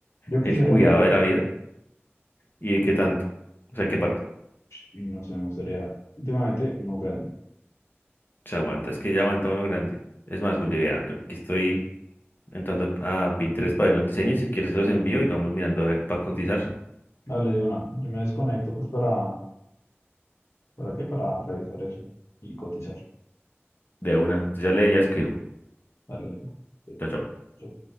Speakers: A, on the left; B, on the left.
A: Yo quisiera
B: el cuidado
A: una pierna
B: de la vida y de qué tanto, o sea, en qué parte
A: y no sé, me gustaría últimamente uno grande.
B: se aguanta, es que ya aguanta uno grande. Es más, Juli, vea, yo aquí estoy entrando a Pinterest para ver unos diseños, si quieres se los envío y vamos mirando a ver para cotizar
A: Dale de una. Yo me desconecto pues para, ¿para qué? Para revisar eso y cotizar.
B: de una. Entonces ya le, ya escribo.
A: Dale de una. Sí,
B: Chao, chao.
A: sí.